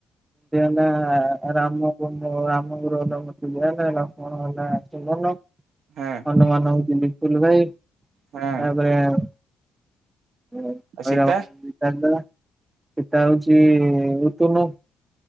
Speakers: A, on the right; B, on the right.
A: ଦିଆ ହେଲା ରାମ କୁ ରାମ ରୋଲ୍ ମତେ ଦିଆ ହେଲା ଲକ୍ଷ୍ମଣ ହେଲା <unintelligible>
B: ହଁ
A: ହନୁମାନ ହଉଛି ଲିପୁନ ଭାଇ ତାପରେ।
B: ହଁ
A: <unintelligible>
B: ଆଉ ସୀତା
A: ସିତା ହଉଛି ଇତୁନୁ।